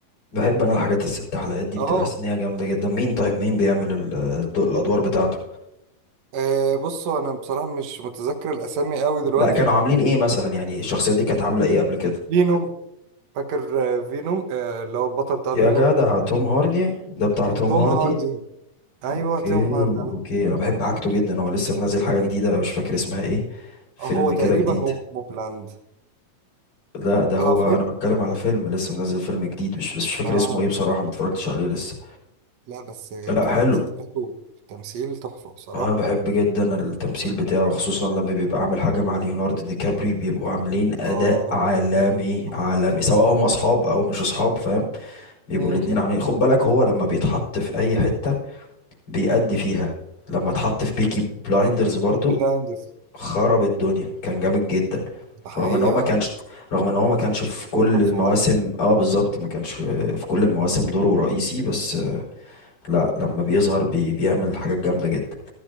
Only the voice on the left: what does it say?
بحب انا الحاجات الست حلقات دي
بتبقى حاسس ان هي جامده جدا مين طيب مين بيعمل ال- الدو- الادوار بتاعته
لا كانوا عاملين ايه مثلا يعني الشخصيات دي كانت عامله ايه قبل كده
يا
جدع توم هاردي ده بتاع توم
هاردي
اوكي
اوكي انا بحب حاجته جدا هو لسه منزل حاجه جديده مش فاكر اسمها ايه فيلم
كده جديد
لا ده هو
انا بتكلم على فيلم لسه منزل فيلم جديد مش بس مش فاكر
اسمه ايه بصراحه ما اتفرجتش عليه لسه
لا
حلو
انا بحب جدا التمثيل بتاعه خصوصا لما بيبقى عامل حاجه مع ليوناردو دي كابريو بيبقوا عاملين اداء
عالمي
عالمي
سواء هم اصحاب او مش اصحاب فاهم بيبقوا
الاتنين عاملين خد بالك هو لما بيتحط في اي حته بيأدي فيها لما اتحط في بيكي بلايندرز برضو
خرب الدنيا كان جامد جدا
رغم ان هو ما
كانش رغم ان هو ما كانش في كل
المواسم
اه بالظبط ما كانش في كل المواسم دوره رئيسي بس لا لما بيظهر بي... بيعمل حاجات جامده جدا